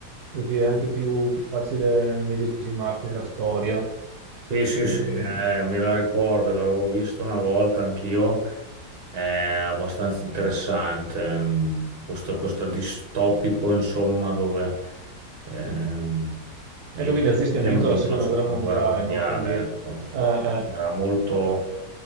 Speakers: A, on the right; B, on the right.
A: così è anche più, più facile immedesimarsi nella storia.
B: Sì, sì,
A: E,
B: sì, eh, me la ricordo, l'avevo visto una volta anch'io, è abbastanza interessante, ehm, questo, questo distopico, insomma, dove ehm, i
A: e dove
B: nazisti
A: i nazisti hanno
B: hanno
A: vinto
B: vinto
A: la seconda
B: la seconda
A: guerra mondiale,
B: guerra mondiale,
A: no? Quindi, eh,
B: ecco.
A: eh,
B: Era molto,